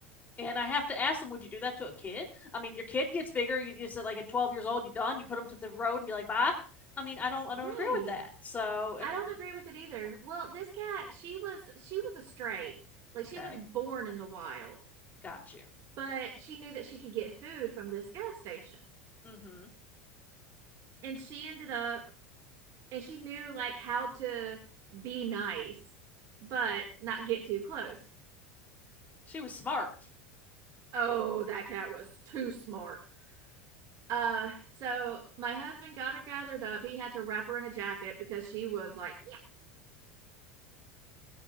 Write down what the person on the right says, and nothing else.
right
i
don't agree with it either well this cat she was she was a stray like she
was born in the wild
but she knew that she could get food from this gas station.
And she ended up and she knew like how to be nice but not get too close.
Oh, that cat was too smart. Uh, so my husband got her gathered up. He had to wrap her in a jacket because she was like,